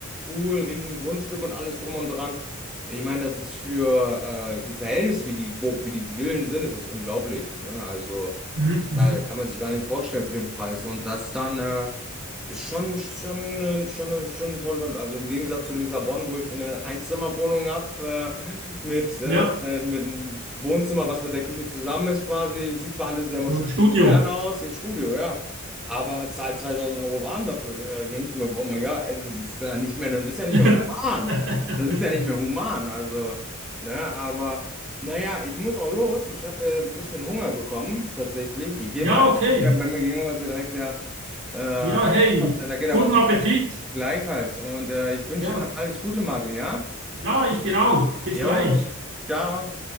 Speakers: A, in the centre; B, on the right.
A: cool, riesen Grundstück und alles drum und dran. Ich meine, das ist für äh, die Verhältnisse, wie die, wo, wie die Villen sind, ist das unglaublich. Ne? Also.
B: Mhm. Mhm.
A: Da kann man sich gar nicht vorstellen für den Preis. Und das dann äh, ist schon, schon, äh, schon, äh, schon toll. Also im Gegensatz zu Lissabon, wo ich eine Einzimmerwohnung habe, äh, mit, äh,
B: Ja,
A: äh, mit einem Wohnzimmer, was mit der Küche zusammen ist, quasi. Sieht zwar alles sehr
B: so
A: schön
B: ein Studio.
A: und modern aus, hier ist Studio, ja. Aber zahlt 2000 Euro warm dafür. Da denke ich mir, oh mein Gott, also das ist ja nicht mehr, das ist ja nicht
B: <laughs>
A: mehr human. Das ist ja nicht mehr human. Also, ne, aber. Naja, ich muss auch los. Ich habe äh, ein bisschen Hunger bekommen, tatsächlich. Ich gehe
B: Ja,
A: mal.
B: okay.
A: Ja, Bei mir gegenüber ist hier direkt der äh,
B: Ja, hey,
A: Einkaufscenter, da geht
B: guten
A: ja was
B: Appetit.
A: gleichfalls. Und äh, ich wünsche
B: Ja,
A: dir dann alles Gute, Martin, ja?
B: ja, ich dir auch. Bis
A: Jo,
B: gleich.
A: Ciao.